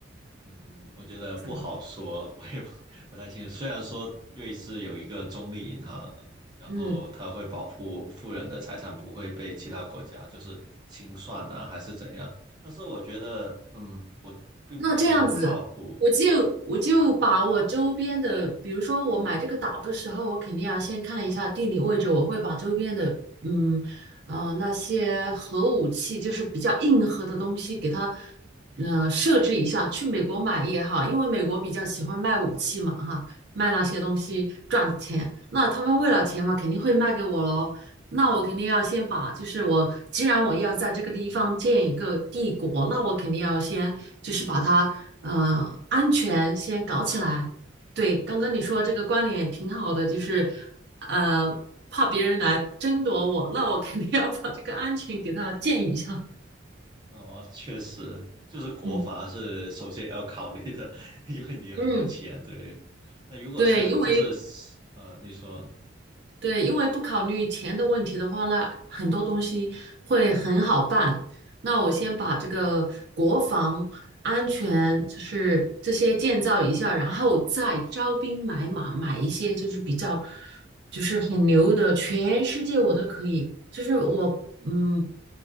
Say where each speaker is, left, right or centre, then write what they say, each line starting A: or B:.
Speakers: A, on the right; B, on the right.
A: 嗯，我觉得不好说，
B: 是吧？
A: 我也不不太清楚。虽然说瑞士有一个中立银行，然后它会保护富人的财产不会被其他国家就是清算呐、
B: 嗯
A: 还是怎样，但是我觉得，嗯，我并不是很靠谱。
B: 那这样子，我就我就把我周边的，比如说我买这个岛的时候，我肯定要先看一下地理位置，我会把周边的，嗯呃那些核武器，就是比较硬核的东西，给它呃设置一下。去美国买也好，因为美国比较喜欢卖武器嘛，哈，卖那些东西赚钱。那他们为了钱嘛，肯定会卖给我喽。那我肯定要先把，就是我既然我要在这个地方建一个帝国，那我肯定要先就是把它，呃，安全先搞起来。对，刚刚你说这个观点挺好的，就是，呃，怕别人来争夺我，那我肯定要把这个安全给它建一下。
A: 哦，确实，就是国防是首先要考虑的，
B: 嗯
A: <laughs> 因为你很有钱，
B: 嗯，
A: 对。那如果是就是
B: 对，因为
A: 呃，你说。
B: 对，因为不考虑钱的问题的话，那很多东西会很好办。那我先把这个国防安全，就是这些建造一下，然后再招兵买马，买一些就是比较就是很牛的，全世界我都可以。就是我嗯，